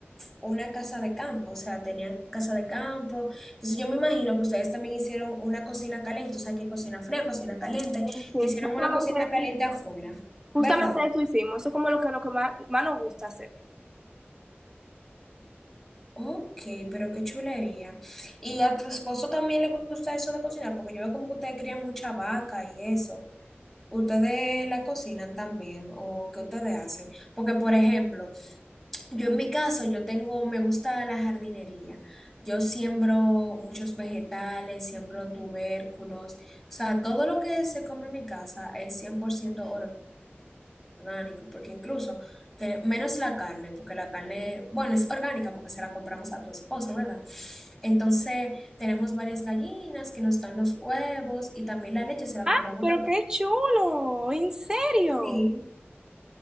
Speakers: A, in the centre; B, on the right (about 15°).
A: una casa de campo, o sea, tenían casa de campo. Entonces yo me imagino que ustedes también hicieron una cocina caliente, o sea, que hay cocina fría, cocina caliente,
B: Sí, sí,
A: que hicieron
B: justamente
A: una cocina
B: eso,
A: caliente afuera,
B: justamente
A: ¿verdad?
B: eso hicimos. Eso es como lo que, lo que más, más nos gusta hacer.
A: Ok, pero qué chulería. ¿Y a tu esposo también le gusta eso de cocinar? Porque yo veo como que ustedes crían mucha vaca y eso. ¿Ustedes la cocinan también o qué ustedes hacen? Porque, por ejemplo, yo en mi caso, yo tengo, me gusta la jardinería. Yo siembro muchos vegetales, siembro tubérculos. O sea, todo lo que se come en mi casa es 100% or- orgánico, porque incluso, te- menos la carne, porque la carne, bueno, es orgánica porque se la compramos a tu esposo, ¿verdad? Entonces, tenemos varias gallinas que nos dan los huevos y también la leche se la
B: Ah,
A: compramos
B: pero
A: todo.
B: qué chulo, en serio.
A: Sí.